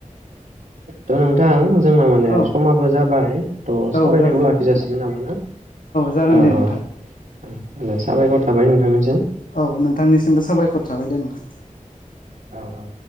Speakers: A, on the right; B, on the left.
A: थ नोंथां जोंना माने
B: औ
A: समाबो जाबाय थ'
B: औ
A: सावरायनायखौ
B: औ जाबाय दे
A: लाखि
B: नोंथां
A: जासिगोन नामा ना
B: जागोन
A: औ
B: दे नोंथां
A: औ दे साबायखर थाबाय नोंथांनिसिम
B: औ नोंथांनिसिमबो साबायखर थाबाय दे नोंथां।
A: औ औ।